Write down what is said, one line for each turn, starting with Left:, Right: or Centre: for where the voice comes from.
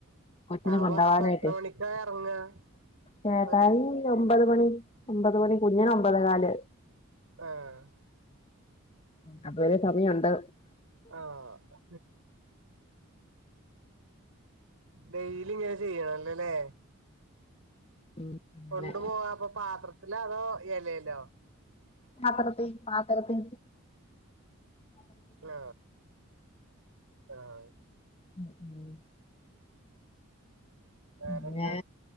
Left: കൊച്ചിനെ
Right: അവ
Left: കൊണ്ടകാനായിട്ട്
Right: അപ്പൊ എത്ര മണിക്കാ എറങ്ങാ
Left: ചേത്തായി
Right: അവര്
Left: ഒമ്പത് മണി ഒമ്പത് മണി കുഞ്ഞിന അമ്പത് കാല്
Right: ആഹ
Left: അപ്പ വലിയ സമയംണ്ട്
Right: ആഹ അ ഡെയിലി ഇങ്ങനെ ചെയ്യണം അല്ലേല്ലേ
Left: ഉം അങ്ങനെ
Right: കൊണ്ട് പോവാപ്പൊ പാത്രത്തില് അതോ ഇലലോ
Left: പത്രത്തി പത്രരത്തിേ
Right: ആഹ ആഹ
Left: ഏ
Right: വേറെന്താ
Left: പിന്നെ